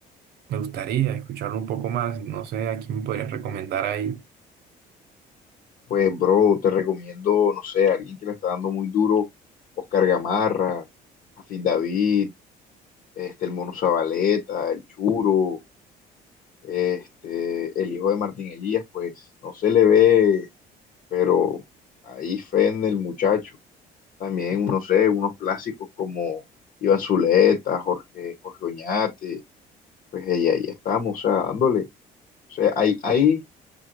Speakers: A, on the right; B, on the left.
A: me gustaría escucharlo un poco más. No sé a quién me podrías recomendar ahí.
B: Pues, bro, te recomiendo, no sé, alguien que le está dando muy duro, Oscar Gamarra, Afid David, este, el Mono Zabaleta, el Churo, este, el hijo de Martín Elías, pues no se le ve, pero ahí fe en el muchacho. También, no sé, unos clásicos como Iván Zuleta, Jorge, Jorge Oñate, pues ahí, ahí estamos, o sea, dándole. O sea, hay, hay